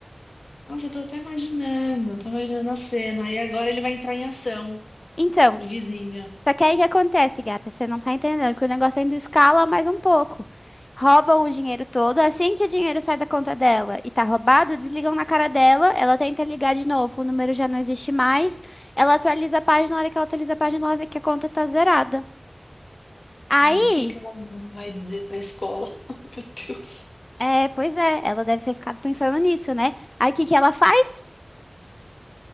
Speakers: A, on the left; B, on the left.
A: nossa, eu tô até imaginando. Tô imaginando a cena. E agora ele vai entrar em ação,
B: Então,
A: o vizinho.
B: Só que aí o que acontece, gata? Você não tá entendendo que o negócio ainda escala mais um pouco. Roubam o dinheiro todo, assim que o dinheiro sai da conta dela e tá roubado, desligam na cara dela, ela tenta ligar de novo, o número já não existe mais, ela atualiza a página, na hora que ela atualiza a página, ela vê que a conta tá zerada. Aí,
A: Aí, o que que ela vai dizer pra escola? <laughs> Ai, meu Deus.
B: é, pois é, ela deve ter ficado pensando nisso, né? Aí o que que ela faz?